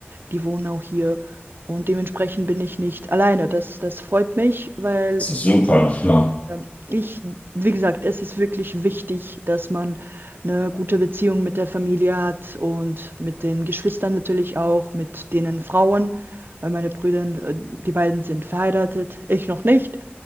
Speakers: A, on the right (about 55°); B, on the left (about 35°).
A: die wohnen auch hier. Und dementsprechend bin ich nicht alleine. Das, das freut mich, weil
B: Das ist super, ja.
A: ja, Ich, wie gesagt, es ist wirklich wichtig, dass man eine gute Beziehung mit der Familie hat und mit den Geschwistern natürlich auch, mit denen Frauen, weil meine Brüder, äh, die beiden sind verheiratet, ich noch nicht,